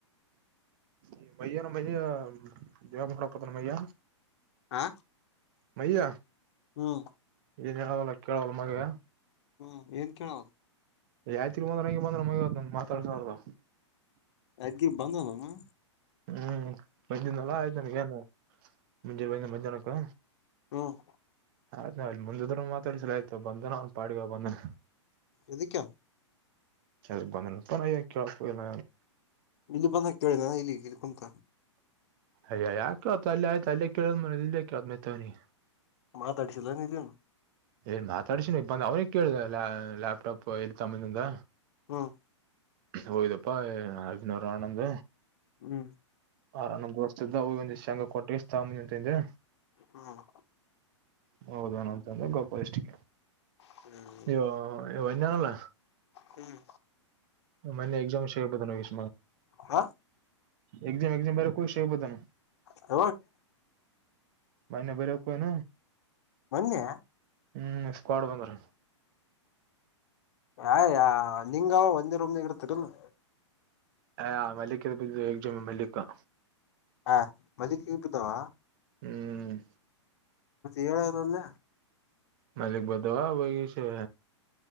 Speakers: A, on the right; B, on the left.
A: ಈ ಮಯ್ಯ ನಮ್ಮ ಮಯ್ಯ ದೇವ ಹಕತ್ ನ ಮಯ್ಯ
B: ಆ
A: ಮಯಯ
B: ಹ್ಮ್
A: ಏನ್ ಹೇಳವಲ್ಲ ಕೇಳವಲ್ಲ ಮಗುವ
B: ಹಾ ಏನ್ ಕೇಳವ
A: ಯಾವ್ತಿರಿ ಬಂದ್ರ ಹಂಗೆ ಬಂದ್ರೆ ಮಗ ಮಾತಾಡ್ತಾರ್ದ
B: ಅಗ್ಗಿ ಬಂದನಾನ
A: ಹ್ಮ್ ಮೈ್ಯಿಂದಲ್ಲ ಆಯ್ತನಗ ನ್ ಮುಂಜಿರ ಮೈಿಂದ ಮಧ್ಯಾಹ್ನಕ್ಕ
B: ಹ್ಮ್
A: ಆಯ್ತ ನಾ್ ಇಲ್ಲಿ ಮುಂದಿದ್ರು ಮಾತಾಡಿಸಲ ಆಯತ ಬಂದನ ಅವ್ನ್ ಪಾಡವ ಬಂದನ
B: ಎದಕ್ಕ
A: ಅದು ಬಂದಪ ನ ಕೆಳಪ ಇಲ್ಲ
B: ಇಲ್ಲಿ ಬಂದ ಕೇಳಿನ ಇಲ್ಲಿ ಇಲ್ಲಿ ಕುಂತ
A: ಅಯ್ಯ ಯಾಕೆ ಆತು ಅಲ್ಲಿ ಆಯ್ತು ಅಲ್ಲೇ ಕೇಳ್ ಮ ಇಲ್ಲೇ ಕೇಳತ ಮತವನಿ
B: ಮಾತಾಡಿಸಿಲ್ಲ ನಿಧನು
A: ನ್ ಮಾತಾಡ್ಸಿನಿ ಬಂದ ಅವ್ನಿಗೆಗ್ ಕೇಳ್ದ ಲ್ಯಾಪ್ಟಾಪ್ ಇಲ್ ತಮ್ಮನಿಂದ
B: ಹ್ಮ್
A: ಹೋಯದಪ್ಪಾ ಐದನೂರ ಅವನಂದ
B: ಹ್ಮ್
A: ಆರ ನಸ್ತ್ದ ಒ ಶಂಗ ಕೊಟ್ಟಾಮಿ ಅಂತಂದ್ರೆ
B: ಹ್ಮ್
A: ಹೌದೇನ ಅಂತಂದ್ರೆ ಗೊಪ ಎಷ್ಟಿಕ
B: ಹ್ಮ್
A: ಅಯ್ಯೋ ಅೋ ಇಜಾನಲ್ಲ
B: ಹ್ಮ್
A: ಮ ಎಾಮ ಸ ಬ ನ ವಿಷ
B: ಹ
A: ಎ ಎಾಮ ಬ <unintelligible> ಕಷಯ ಬುದ ನ
B: ಹ
A: ಮನ ಬರವ ಕನ
B: ಮೊನ್ನೆ
A: ಹ್ಮ್ ಸ್ಕ್ವಾಡ್ ಬಂದ್ರ
B: ಯ ಯ ನಿಂಗವ ಒಂದೇ ರೂಮ್ನಾಗ ಇರ್ತರಿಲ್ <unintelligible>
A: ಹಾ ಮಲ್ಲಿಿಕ ಬ ಮಲ್ಲಿಿಕ
B: ಹ ಮದಕ್ಕೆ ಇಪುದಾವ
A: ಹ್ಮ್
B: ಮತ್ತ ಏಳರಲ್ಲ
A: ಮಲ್ಲಿಕ್ ಬದುು ಆವಾಗಿಗ ಸ